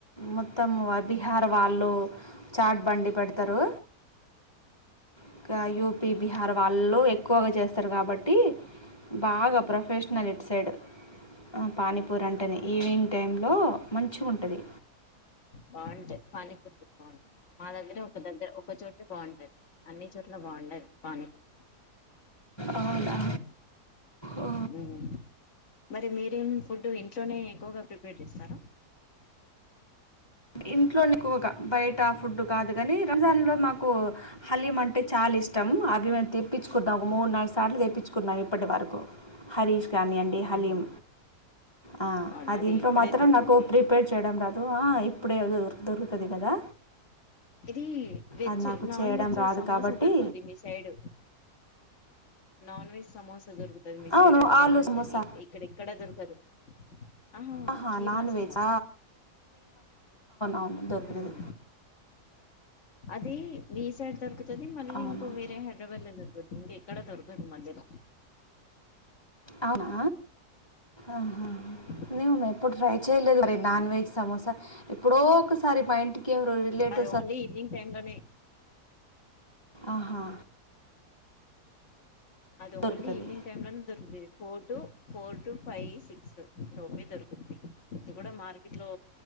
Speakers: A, on the left; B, on the left.
A: మొత్తం ఆ బీహార్ వాళ్ళు చాట్ బండి పెడతారు. ఇంకా యూపి, బీహార్ వాళ్ళు ఎక్కువగా చేస్తారు కాబట్టి, బాగ ప్రొఫెషనల్ ఇటు సైడ్ ఆ పానీపూరి అంటేనే,
B: అవునవును
A: ఈవినింగ్ టైంలో మంచిగుంటది.
B: బాంటయ్. పానీపూరిలు బాంటయ్. మా దగ్గర ఒక దగ్గర ఒక చోటే బాంటది. అన్ని చోట్ల బాగుండది పానిపూరి.
A: అవునా ఓ
B: మ్మ్ మరి మీరేం ఫుడ్ ఇంట్లోనే ఎక్కువగా ప్రిపేర్ చేస్తార?
A: ఇంట్లో నె ఎక్కువగా బయట ఫుడ్ కాదు. కాని, రంజాన్ లో మాకు హలీమ్ అంటే, చాల ఇష్ ష్టం అది మేం తెప్పించుకుంటాం. ఒక మూడు నాలుగు సార్లు తెప్పించుకున్నాం ఇప్పటి వరకు. హరీష్ కానీయండి హలీం
B: మ్మ్
A: ఆ
B: అవును
A: అది ఇంట్లో
B: ఇప్పుడే
A: మాత్రం
B: దొరుకుద్ది
A: నాకు
B: కదా
A: ప్రిపేర్ చేయడం రాదు. ఆ ఇప్పుడే అది దొరుక్ దొరుకుతది కదా!
B: ఇది వెజ్.
A: అది నాకు
B: నాన్
A: చేయడం
B: వెజ్
A: రాదు
B: సమోసా
A: కాబట్టి
B: దొరుకుద్ది మీ సైడ్. నాన్ వెజ్ సమోసా దొరుకుతది మీ సైడ్
A: అవును
B: అది
A: ఆలు
B: బాంటది.
A: సమోసా
B: ఎక్ ఎక్కడ ఎక్కడ దొరకదు. ఆ హ
A: ఆహా
B: కీమా
A: నాన్
B: సమోసా.
A: వెజ్ ఔను దొరుకుతది.
B: ఉమ్ అది మీ సైడ్ దొరుకుతుది. మళ్ళీ
A: అవును
B: ఇంకో వేరే హైదరాబాద్ లో దొరుకుత ఇంక ఎక్కడ దొరకదు మధ్యలో.
A: అవునా అ
B: <unintelligible>
A: నేన్ ఎప్పుడు ట్రై చేయలేదు, నాన్ వెజ్ సమోసా ఎప్పుడో ఒకసారి మా ఇంటికి ఎవరో రిలేటివ్
B: అది ఓన్లీ ఈవేనింగ్ టైమ్ లోనే
A: ఆహా
B: అది
A: దొరుకుతుంది
B: ఓన్లీ ఈవేనింగ్ టై లోనే దొరుకుతది. Four to, four to, five six. లోపే దొరుకుద్ది, ఇది కూడా మార్కెట్ లో